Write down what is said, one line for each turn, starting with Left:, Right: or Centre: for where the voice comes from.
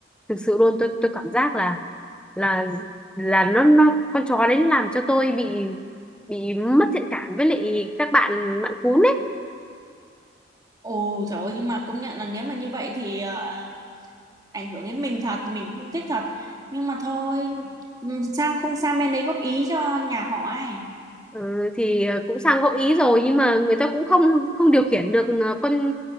Centre: thực sự luôn tôi tôi cảm giác là là là nó nó con chó đấy nó làm cho tôi bị bị mất thiện cảm với lại các bạn bạn cún ấy.
Right: ồ trời ơi nhưng mà công nhận là nếu mà như vậy thì ờ, ảnh hưởng đến mình thật thì mình cũng không thích thật nhưng mà thôi ừ, sao không sang bên đấy góp ý cho nhà họ ấy
Centre: Ừ, thì ờ, cũng sang gợi ý rồi nhưng mà người ta cũng không không điều khiển được ờ, con